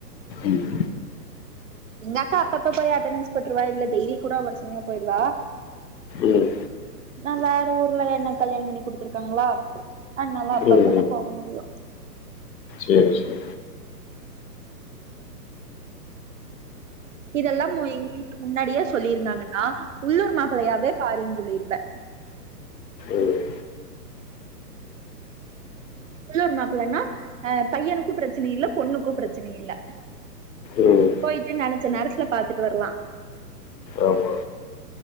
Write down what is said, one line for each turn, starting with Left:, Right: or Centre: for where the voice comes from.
Left: ம்
Right: எங்காக்கா அப்ப அப்பா போய் அட்டண்டன்ஸ் பொட்டுரூவா இல்ல டெய்லி கூட ஒரு சமையா போயிருவா
Left: ம்
Right: நா வேற ஊர்ல என்ன கல்யாண பண்ணி குடுத்துருக்காங்களா அதனால அப்பப்ப
Left: ம்
Right: தா போக முடியு
Left: செரி செரி
Right: இதெல்லாமு எங்க வீட் முன்னாடியே சொல்லியிருந்தாங்கன்னா உள்ளூர் மாப்பிளையாவே பாருன்ன சொல்லியிருப்பே
Left: ம்
Right: உள்ளூர் மாப்பிள்ளன்னா அ பையனுக்கும் பிரச்சனை இல்ல பொண்ணுக்கும் பிரச்சனை இல்ல
Left: ம்
Right: போயிட்டு நெனைச்ச நேரத்துல பாாரத்துட்டு வர்லா
Left: ஆமா